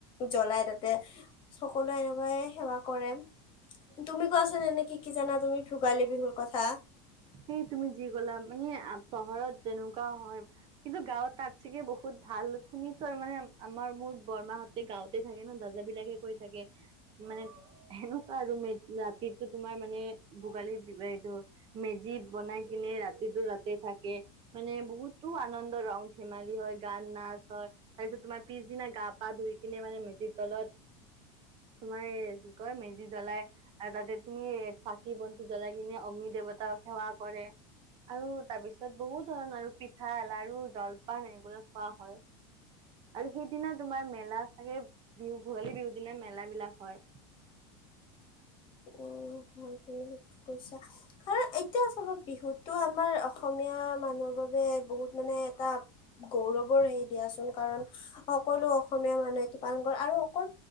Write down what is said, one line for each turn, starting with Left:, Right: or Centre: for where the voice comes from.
Left: জ্বলাই তাতে, সকলোৱে এনেকুৱাই সেৱা কৰে। তুমি কোৱাচোন এনে কি কি জানা তুমি ভোগালী বিহুৰ কথা।
Right: সেই তুমি যি ক'লা, মানে আম চহৰত যেনেকুৱা হয়, কিন্তু গাঁৱত তাত চাগে বহুত ভাল, শুনিছোঁ আৰু মানে আমাৰ মো মোৰ বৰমাহঁতে গাওঁতে থাকে ন, দাদা বিলাকে কৈ থাকে, মানে সেনেকুৱা আৰু মেজ ৰাতিতো তোমাৰ মানে ভোগালীৰ বিহু এইটো মেজিত বনাই কিনে ৰাতিটো ৰাতে থাকে, মানে বহুত তো আনন্দ ৰং-ধেমালি হয়, গান নাচ হয়, তাৰ পিছত তোমাৰ পিছদিনা গা-পা ধুই কিনে মানে মেজিৰ তলত তোমাৰ এই কি কয় মেজি জ্বলাই, আৰু তাতে তুমি চাকি বন্তি জ্বলাই কিনে অগ্নি দেৱতাক সেৱা কৰে, আৰু তাৰপিছত ছত বহুত ধৰণৰ আৰু পিঠা, লাৰু, জলপান এনেকৈ খোৱা হয়, আৰু সেই দিনা তোমাৰ মেলা চাগে বিহু ভোগালী বিহু দিনা মেলা বিলাক হয়।
Left: উম <unintelligible> কৈছা কাৰণ এতিয়াও চাবা বিহুতো আমাৰ অসমীয়া। মানুহৰ বাবে বহুত মানে এটা গৌৰৱৰ হেৰি দিয়াচোন কাৰণ সকলো অসমীয়া মানুহে এইটো পালন কৰে আৰু অকল